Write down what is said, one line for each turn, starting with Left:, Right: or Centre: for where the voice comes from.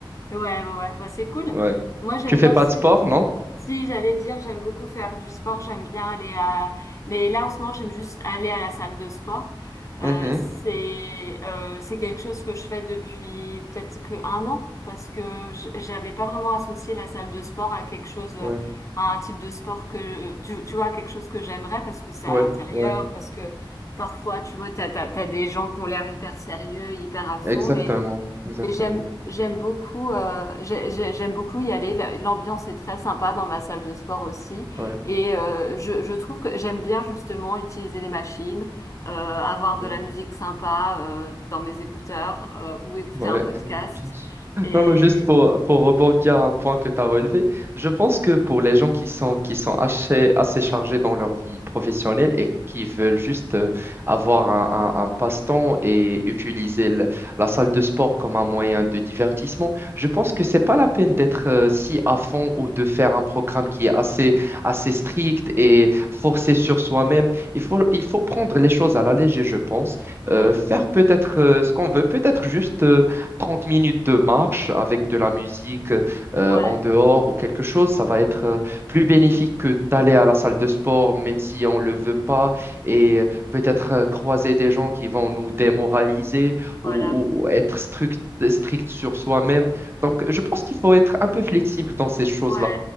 Left: Ouais, ouais, ouais, bah, c'est cool.
Right: Ouais.
Left: Moi, j'aime
Right: Tu fais
Left: bien
Right: pas
Left: aussi.
Right: de sport, non?
Left: Si, j'allais dire, j'aime beaucoup faire du sport, j'aime bien aller à... Mais là, en ce moment, j'aime juste aller à la salle de sport.
Right: Mhm.
Left: Euh, c'est euh, c'est quelque chose que je fais depuis peut-être que un an, parce que j- j'avais pas vraiment associé la salle de sport à quelque chose, euh,
Right: Ouais,
Left: à un type de sport que, tu, tu vois, quelque chose que j'aimerais, parce que c'est
Right: ouais,
Left: à l'intérieur,
Right: ouais.
Left: parce que parfois, tu vois, t'as, t'as, t'as des gens qui ont l'air hyper sérieux, hyper à fond,
Right: Exactement,
Left: mais
Right: exactement.
Left: mais j'aime j'aime beaucoup euh, j'ai- j'ai- j'aime beaucoup y aller. La- L'ambiance est très sympa dans ma salle de sport aussi.
Right: Ouais.
Left: Et euh, je, je trouve que j'aime bien justement utiliser les machines, euh, avoir de
Right: Ouais.
Left: la musique sympa euh, dans mes écouteurs euh, ou écouter
Right: Ouais.
Left: un podcast.
Right: <laughs>
Left: Et
Right: Non, non, juste pour, pour rebondir à un point que tu as relevé, je pense que pour les gens qui sont, qui sont assez, assez chargés dans leur vie professionnelle et qui veulent juste euh, avoir un, un- un passe-temps et utiliser le- la salle de sport comme un moyen de divertissement, je pense que c'est pas la peine d'être euh, si à fond ou de faire un programme qui est assez, assez strict et forcé sur soi-même. Il faut, il faut prendre les choses à la légère, je pense, Euh,
Left: Hmm,
Right: faire peut-être euh, ce qu'on veut, peut-être juste. euh, 30 minutes de marche avec de la musique euh,
Left: ouais,
Right: en dehors ou quelque chose, ça va être euh, plus bénéfique que d'aller à la salle de sport, même si on ne le veut pas, et euh, peut-être euh, croiser des gens qui vont nous démoraliser
Left: voilà.
Right: ou, ou- ou être strict, strict sur soi-même. Donc, je pense qu'il faut être un peu flexible dans ces choses-là.
Left: Ouais,